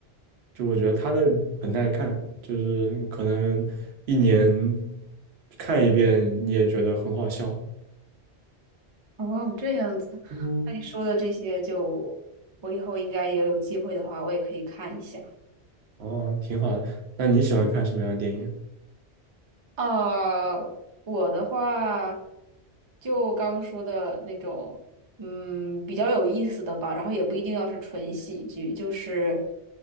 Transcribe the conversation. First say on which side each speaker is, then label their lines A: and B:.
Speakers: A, on the right; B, on the right.
A: 就我觉得他的很耐看，就是你可能一年看一遍你也觉得很好笑。
B: 哦，这样子。
A: 嗯，
B: 那你说的这些就，我以后应该也有机会的话，我也可以看一下。
A: 哦，挺好的。那你喜欢看什么样的电影？
B: 啊，我的话就刚说的那种，嗯，比较有意思的吧，然后也不一定要是纯喜剧，就是